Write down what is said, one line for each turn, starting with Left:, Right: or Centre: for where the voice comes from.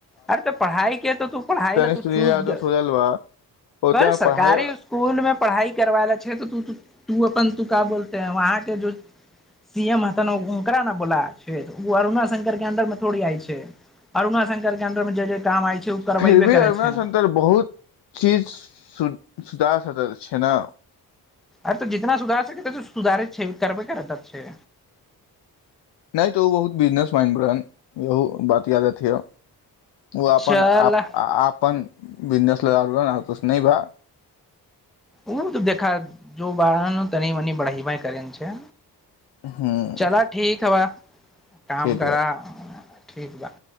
Centre: अरे तो पढ़ाई के त तू पढ़ाई ल तू
Left: स्टूडियो
Centre: चूज
Left: यादव सोलल बा ओते मे
Centre: सरकारी
Left: पढ़ाई
Centre: स्कूल मे पढ़ाई करवायले छै तू अपन तू का बोलते है वहाँ के जो सी एम ह ओकरा ने बोला छै ओ अरुणा शंकर के अन्दर मे थोड़ी आइ छै अरुणा शंकर के अंडर मे जे जे काम आय छै ओ करबेबे
Left: फिर भी
Centre: करे
Left: अरुणा
Centre: छै
Left: शंकर बहुत चीज सु सुधार सकैत छै ने
Centre: अरे तऽ जितना सुधार सकै तै त सुधारैत छै करबे करत छै
Left: नहि तऽ ओ बहुत बिजनेस माइंड रहन <unintelligible> ओ आपन
Centre: चल
Left: आप आपन बिजनेस ल आ <unintelligible> नहि भा
Centre: ओ त देखा जो बाह तनि मनी बढ़ाईबै करै छै
Left: ह
Centre: चलय ठीक बा काम
Left: ठीक
Centre: करा
Left: बा
Centre: ठीक बा